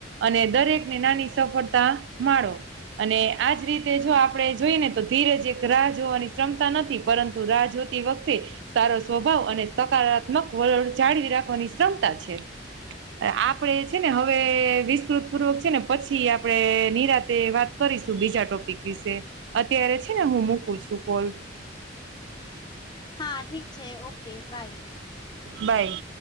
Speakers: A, on the right; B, on the left.
A: અને દરેક નાની સફળતા મારો અને આજ રીતે જો આપણે જોઈ ને તો ધીરજ એક રાહ જોવાની ક્ષમતા નથી પરં રાહ જોતી વખતે સારો સ્વભાવ અને સકારાત્મક વલળ જાળવી રાખવાની ક્ષમતા છે. આપડે છે ને હવે વિસ્તૃત પૂર્વક છે ને પછી આપણેે નિરાતે વાત કરીશું બીજા ટોપિક વિશે. અત્યારે છે ને હું મૂકું છું કોલ.
B: હા ઠીક છે ઓકે બાય.
A: બાય.